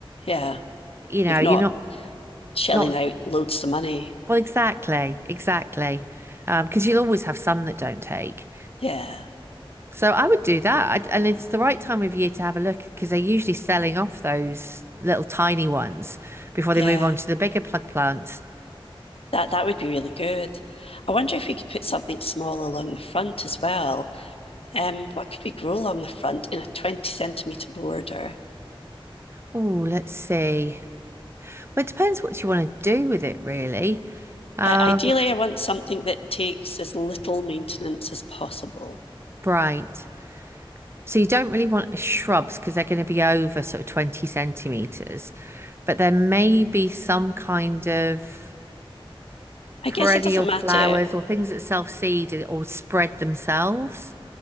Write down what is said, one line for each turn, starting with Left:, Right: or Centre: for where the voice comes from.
Left: Yeah,
Right: you know,
Left: you've
Right: you're
Left: not
Right: not
Left: shelling
Right: not
Left: out loads of money.
Right: well exactly, exactly. Um, because um, you'll always have some that don't take.
Left: Yeah,
Right: So I would do that. i and it's the right time of year to have a look because they're usually selling off those little tiny ones before
Left: yeah.
Right: they move on to the bigger plug plants.
Left: That that would be really good. I wonder if we could put something small along the front as well. Um, what could we grow along the front in a 20 centimeter border?
Right: Oh, let's see. Well, it depends what you want to do with it, really. Um,
Left: I, ideally, I want something that takes as little maintenance as possible.
Right: right. So you don't really want shrubs because they're going to be over sort of 20 centimeters, but there may be some kind of
Left: I
Right: perennial
Left: guess it doesn't matter.
Right: flowers or things that self-seed or spread themselves.